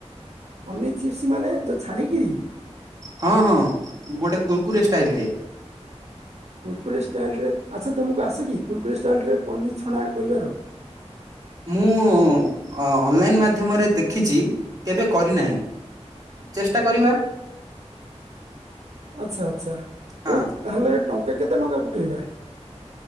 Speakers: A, on the right; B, on the right.
A: ପନିର ଚିପ୍ସ ମାନେ ଯୋଉ ଛାଣିକିରି?
B: ହଁ ହଁ ଗୋଟେ କୁର୍କୁରି ଷ୍ଟାଇଲ ରେ।
A: କୁକୁର୍ରେ ଷ୍ଟାଇଲରେ ଆଚ୍ଛା ତୁମକୁ ଆସେ କି କୁକୁରେ ଷ୍ଟାଇଲରେ ପନିର ଛଣା କରିବାର? <unintelligible>
B: ମୁଁ ଅ-ଅନଲାଇନ୍ ମାଧ୍ୟମରେ ଦେଖିଚି କେବେ କରିନାହିଁ। ଚେଷ୍ଟା କରିବା।
A: ଆଚ୍ଛା ଆଚ୍ଛା
B: ହଁ
A: ହଉ ତାହଲେ ଟଙ୍କା କେତେ ଟଙ୍କା ପକେଇବା?